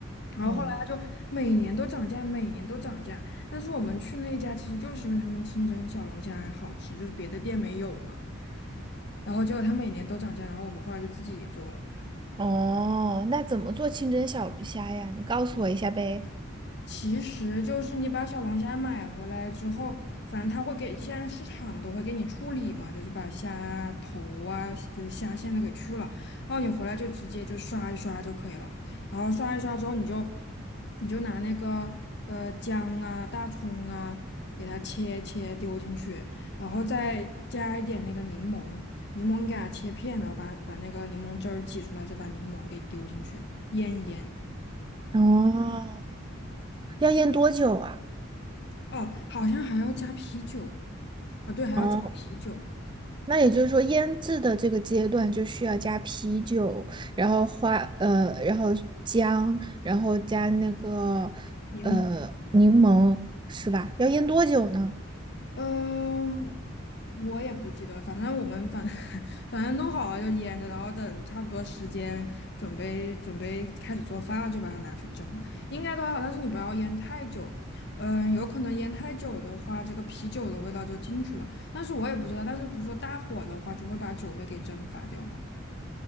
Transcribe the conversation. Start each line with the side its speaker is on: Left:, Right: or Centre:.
Left: 然后后来他就每年都涨价，
Right: 嗯，
Left: 每年都涨价，但是我们去那一家其实就是因为他们清蒸小龙虾好吃，就是别的店没有嘛。然后结果他每年都涨价，然后我们后来就自己做了。
Right: 哦，那怎么做清蒸小龙虾呀？你告诉我一下呗。
Left: 其实就是你把小龙虾买回来之后，反正他会给，现在市场都会给你处理嘛，就是把虾头啊，就是虾线都给去了，然后你回来就直接就刷一刷就可以了。然后刷一刷之后，你就你就拿那个呃姜啊、大葱啊，给它切切丢进去，然后再加一点那个柠檬，柠檬你给它切片，然后把把那个柠檬汁儿挤出来，再把柠檬给丢进去，腌一腌。
Right: 哦，要腌多久啊？
Left: 哦，好像还要加啤酒啊，对，还要加啤酒、
Right: 哦。那也就是说，腌制的这个阶段就需要加啤酒，然后花呃，然后姜，然后加那个
Left: 柠檬。
Right: 呃柠檬，是吧？要腌多久呢？
Left: 嗯，我也不记得，反正我们反 <laughs> 反正弄好了就腌着，然后等差不多时间准备准备开始做饭了，就把它拿去蒸了，应该都还好，但是你不要腌太久。嗯，有可能腌太久的话，这个啤酒的味道就进去了。但是我也不知道，但是不是说大火的话就会把酒味给蒸发掉吗？